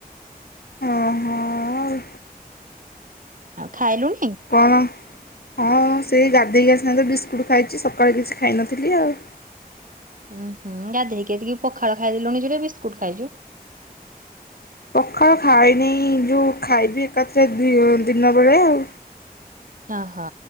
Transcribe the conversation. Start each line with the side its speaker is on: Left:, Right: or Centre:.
Left: ହଁ ହଁ
Right: ଆଉ ଖାଇଲୁଣି
Left: କଣ ହଁ ସେ ଗାଧେଇକି ଆସି ଟ ଖାଇଛି ସକାଳେ କିଛି ଖାଇନଥିଲି ଆଉ
Right: ଉୁଁ ହୁଁ ଗାଧେଇକିତିକି ପଖାଳ ଖାଇଦେଲୁ ନିଜଟ ବିସ୍କୁଟ ଖାଇଛୁ?
Left: ପଖଳ ଖାାଇଇନି ଯୋଉ ଖାଇବି ଏକାଥରେ ଦିନ ବେଳେ ଆଉ
Right: ଓହୋ